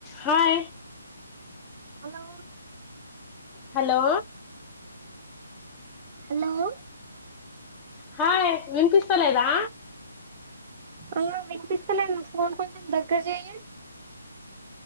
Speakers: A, on the left; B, on the right.
A: Hi
B: hello
A: hello
B: hello
A: hi వినిపిస్తాలేదా
B: ఆ వినిపిస్తలేదు ఫోన్ కొంచెం దగ్గర చేయ్య